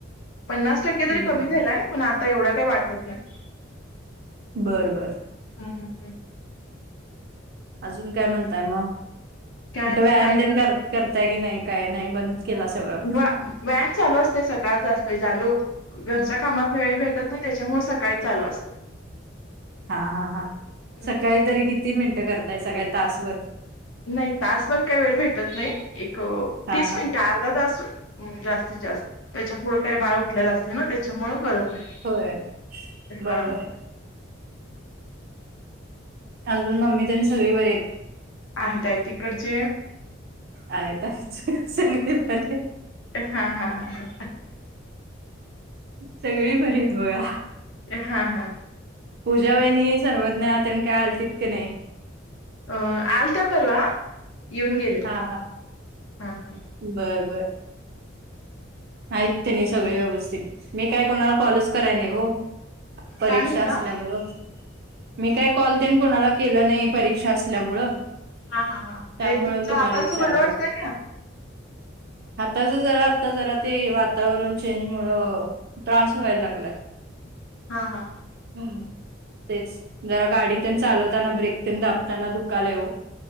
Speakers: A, on the left; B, on the right.
A: पन्नास टक्के तरी
B: हम्म
A: कमी झालाय पण आता एवढा काही वाटत नाही.
B: बरं बर-
A: हम हम हम-
B: अजून काय? म्हणताय मग
A: काय
B: कुठे व्यायाम
A: काय करायचं
B: तेन कर करताय की नाही काय? नाही बन- केला सगळं-
A: वा- व्यायाम चालू असते सकाळच असते चालू. घरच्या कामातन वेळ भेटत नाही त्याच्यामुळ सकाळी चालू असतं.
B: हा हा हा
A: हम्म.
B: सकाळी तरी किती मिनिटं करताय सगळ्यात तासभर.
A: नाही तासभर काही वेळ भेटत नाही एक
B: हा
A: तीस
B: हा
A: मिनिट अर्धा तास- जास्तीत जास्त त्याच्या पुढं काय बाळ उठलेल असत ना त्याच्यामुळे - करत नाही
B: होय
A: हा-
B: बरोबर आहे अजून मम्मीनं त्येनं सगळी बरे आहेत.
A: आहेत, आहेत तिकडचे-
B: आहेत आहेत सगळे बरे <inaudible>
A: हा हा हा
B: सगळी बरी आहेत बघा-
A: हा हा-
B: पूजा वहिनी सर्वज्ञ त्यांनी काय आलतीत का नाही.
A: अ आलत्या परवा येऊन गेलेत
B: हा हा
A: हा -
B: बर -बर- आहेत त्यांनी सगळे व्यवस्थित मी काय कोणाला कॉलच कराय नाही हो - परीक्षा
A: काय म्हटला?
B: असल्यामुळं- मी काय कॉल तेंन कोणाला केलं नाही परीक्षा असल्यामुळं-
A: हा हा हा
B: त्यामुळं
A: ते तुमच
B: तुम्हाला
A: हाताच
B: विचारलं
A: बर वटतंय का?
B: हाताच जरा आता जरा- ते वातावरण चेंज मुळ त्रास व्हायला लागलाय.
A: हा हा
B: हम् तेच जरा गाडी ते चालवताना ब्रेक ते दाबताना दुखायला लागलं हो.